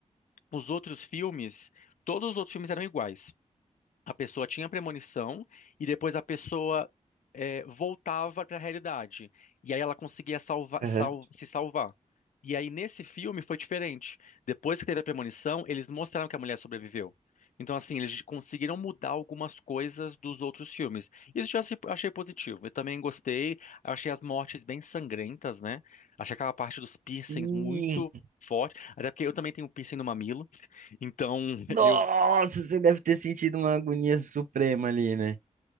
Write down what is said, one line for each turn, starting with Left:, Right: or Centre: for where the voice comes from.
Left: os outros filmes, todos os outros filmes eram iguais. A pessoa tinha premonição e depois a pessoa é, voltava para a realidade. E aí ela conseguia salva-
Right: Aham.
Left: sal- se salvar. E aí nesse filme foi diferente. Depois que teve a premonição, eles mostraram que a mulher sobreviveu. Então, assim, eles conseguiram mudar algumas coisas dos outros filmes. Isso eu já se- achei positivo. Eu também gostei. Achei as mortes bem sangrentas, né? Achei aquela parte dos piercings
Right: Sim.
Left: muito forte. Até porque eu também tenho um piercing no mamilo. Então, <laughs>
Right: Nossa,
Left: eu
Right: você deve ter sentido uma agonia suprema ali, né?